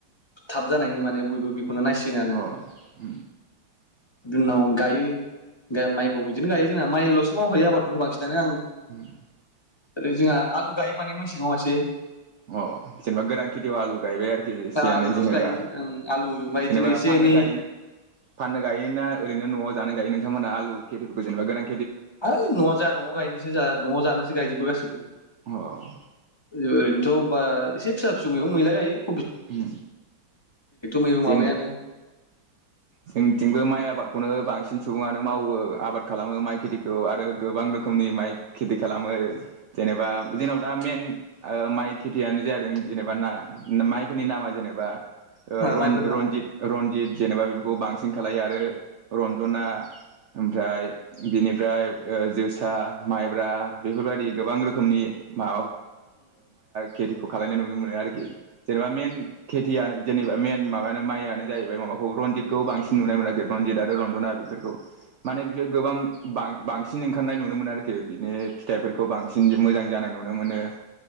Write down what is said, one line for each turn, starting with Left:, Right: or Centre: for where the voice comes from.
Left: थाब जानायनि माने बयबो बि खौनो नायसिगोनानो
Right: अ उम
Left: बि उनाव गायो माइखौ बिदिनो गायो जोंना माइल'सो मावखायो आबादखौनो बांसिनानो आं।
Right: <unintelligible>
Left: ओै जोंहा आलु गायो माने मेसेङाव एसे।
Right: अ जेनबा गोरांखिथि आलु गाय बे आरो। सेै
Left: आलुल'सो
Right: जेनेबा
Left: गायो ओं आलु ओमफ्राय
Right: जेनेबा
Left: बिदिनो एसे
Right: फाननो
Left: एनै
Right: गाय फाननो गाय ना? ओरैनो'आवानो गायो नोंथांमोन आु खेथिफोरखौेनबा गोनां
Left: ओइ न' जा न' गायनोसो जा न' जानोसो गायजोबो गासिबो।
Right: अ
Left: ओरैनोथ'। बा एसे फिसा फिसौ मैगं मैला गायो ।
Right: उम
Left: मैगं
Right: जों
Left: माबायानो
Right: जोंथिंबो माइ आबादखौनो बां सिन सुबुङानो मावो आबाद खालामो माइ खेथिखौ आरो गोबां रोखोमनि माइ खेथि खालामो जेनेबा जोंनाव दा मेन ओ माइ खेथियानो जादों जेनेबा ना माइ फोरनि नामा जेनेबा ओ रन
Left: माइफोरनि
Right: रनजित
Left: नामा
Right: रनजित जेनेबा बे बांसिन खालायो आरो रन्जना ओमफ्राय बिनिफ्राय ओ जोसा माइब्रा बेफोरबायदि गोबां रोखोमनि मा <unintelligible> खालायनाय नुनो मोनो आरोखि जेनेबा मेन खेथिया जेनेबा मेन माबायानो माइयानो जाहैबाय माबाखौ रनजितखौ बांसिन नुनाय मोन आरोखि रनजित आरो रन्जना बेफोरखौ माने बिसोर गोबां बां बांसिन ओंखारनाय नुनो मोनो आरोखि बिनि फिथाइफोरखौ बांसिन मोजां जानाय नुनो मोनो